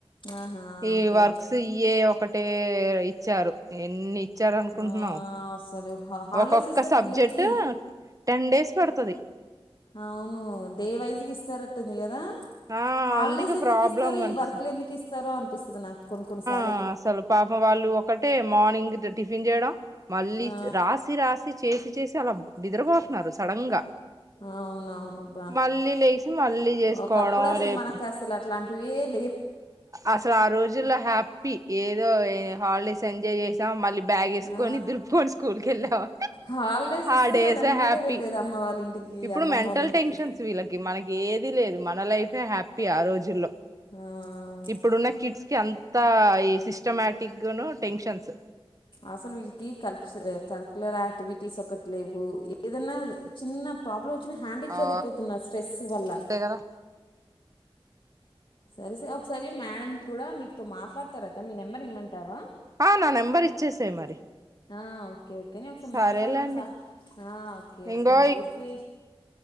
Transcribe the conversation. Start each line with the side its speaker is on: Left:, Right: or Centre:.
Left: ఆహా!
Right: ఈ
Left: ఓకే.
Right: వర్క్స్ ఇవ్వే ఒకటే ఇచ్చారు ఎ ఎన్ని ఇచ్చారనుకుంటున్నావు
Left: ఆ! అసలు హా హాలిడేస్
Right: ఒకొక్కా
Left: ఇస్తే
Right: సబ్జెక్ట్
Left: పిల్లలకి
Right: టెన్ డేస్ పడుతది
Left: అవును డే వైజ్ గి ఇస్తారట్టుంది కదా
Right: ఆ
Left: హాలిడేస్
Right: అందుకే
Left: ఎందుకు
Right: ప్రాబ్లం
Left: ఇస్తారు
Right: కనిపిస్త
Left: ఈ వర్క్లు ఎందుకు ఇస్తారో అనిపిస్తది నాకు కొన్ని కొన్ని సార్లు
Right: ఆహ్ అసలు పాపం వాళ్ళు ఒకటే మార్నింగ్ ది టిఫిన్ చేయడం మళ్ళీ
Left: ఆ!
Right: రాసి రాసి చేసి చేసి చాలా నిద్రపోతున్నారు సడన్ గా
Left: అవునవునబ్బా
Right: మళ్ళీ లేసి మళ్ళీ చేసుకోవడం
Left: ఒకప్పుడు అసలు
Right: రేపు
Left: మనకి అసలు అట్లాంటివి ఎ
Right: అసలు ఆ రోజుల్లో హ్యాపీ ఏదో హాలిడేస్ ఎంజాయ్ చేసాం మళ్ళీ బ్యాగ్ వేసుకొని
Left: ఆ!
Right: దులుపుకొని స్కూల్ కి వెళ్ళావా
Left: హాలిడేస్ ఇస్తే
Right: ఆ డేస్
Left: చాలు ఎమ్మటే
Right: హ్యాపీ
Left: వెళ్ళేది అమ్మ వాళ్ళ ఇంటికి,
Right: ఇప్పుడు
Left: అమ్మమ్మ
Right: మెంటల్
Left: వాళ్ళ ఇంటికి.
Right: టెన్షన్స్ వీళ్ళకి మనకి ఏది లేదు మన లైఫే హ్యాపీ ఆ రోజుల్లో
Left: ఆహ్
Right: ఇప్పుడున్న కిడ్స్ కి అంతా ఈ సిస్టమాటిక్ ను టెన్షన్స్
Left: అసలు వీల్లకి కలప్స్ కరిక్యులర్ యాక్టివిటీస్ ఒకటి లేవు ఏదైనా చిన్న ప్రాబ్లం వ వచ్చిన హ్యాండిల్ చేయలేకపోతున్నా
Right: ఆ
Left: స్ట్రెస్ వల్ల
Right: అంతే కదా
Left: సరే సే ఒకసారి మేడం కూడా మీకుతో మాట్లాడతారట మీ నెంబర్ ఇమ్మంటావా
Right: ఆ నా నెంబర్ ఇచ్చేసే మరి
Left: ఆ ఓ ఓకే ఓకే నే ఒకసారి
Right: సరేలేండి
Left: మాట్లాడ మనాస ఆహ్ ఓకే
Right: ఇంగో
Left: ఓకే మరి ఫ్రీ